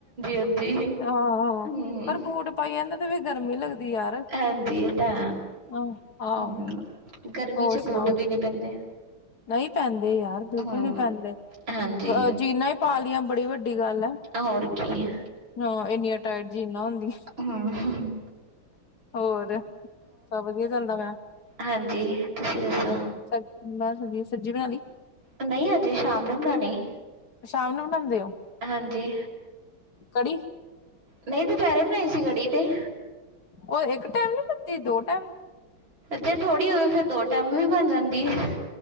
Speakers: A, on the right; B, on the left.
A: ਹਾਂਜੀ
B: ਆਹੋ,
A: ਹੂੰ
B: ਪਰ ਬੂਟ ਪਾਈ ਆ ਨਾ ਤੇ ਫੇਰ ਗਰਮੀ ਲੱਗਦੀ ਯਾਰ
A: ਹਾਂਜੀ, ਏ ਤਾਂ ਹੈ।
B: ਆਹ ਆਹੋ
A: ਹੂੰ, ਗਰਮੀ
B: ਹੋਰ
A: 'ਚ
B: ਸੁਣਾਓ
A: ਬੂਟ ਵੀ ਨੀ ਪੈਂਦੇ।
B: ਨਹੀਂ ਪੈਂਦੇ ਯਾਰ, ਬਿਲਕੁਲ
A: ਹੂੰ
B: ਨੀ ਪੈਂਦੇ।
A: ਹਾਂਜੀ
B: ਕਅ, ਜੀਨਾਂ ਈ ਪਾ ਲਈਆ, ਬੜੀ ਵੱਡੀ ਗੱਲ ਐ।
A: ਹੋਰ ਕੀ
B: ਹਾਂ, ਇੰਨੀਆਂ ਟਾਈਟ ਜੀਨਾ ਹੁੰਦੀਆ।
A: ਹਮ
B: ਹੋਰ, ਸਭ ਵਧੀਆ ਚਲਦਾ ਪਿਆ,
A: ਹਾਂਜੀ ਤੁਸੀਂ ਦੱਸੋ
B: ਹਮ ਬਸ ਵਧੀਆ, ਸਬਜੀ ਬਣਾ ਲਈ?
A: ਨਹੀਂ, ਅਜੇ ਸ਼ਾਮ ਨੂੰ ਬਣਾਉਣੀ
B: ਸ਼ਾਮ ਨੂੰ ਬਣਾਉਂਦੇ ਹੋ
A: ਹਾਂਜੀ
B: ਕੜੀ।
A: ਨਹੀਂ ਦੁਪਹਿਰੇ ਬਣਾਈ ਸੀ ਕੜੀ ਤੇ।
B: ਉਹ ਇੱਕ ਟਾਈਮ ਨੀ ਬਣਦੀ, ਦੋ ਟਾਈਮ
A: ਜੇ ਥੋੜੀ ਹੋਵੇ, ਫੇਰ ਦੋ ਟਾਈਮ ਵੀ ਬਣ ਜਾਂਦੀ ਏ।